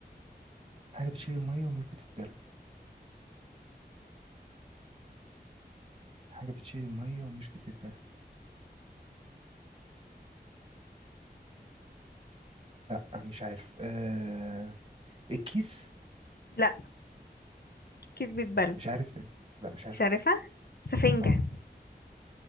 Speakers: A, on the right; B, on the left.
A: حاجة بتشيل المية ومش بتتبل حاجة بتشيل المية ومش بتتبل لا مش عارف آه... الكيس
B: لا كذبة بل
A: مش عارف لا مش عارف
B: مش عارفها سفنجة
A: اه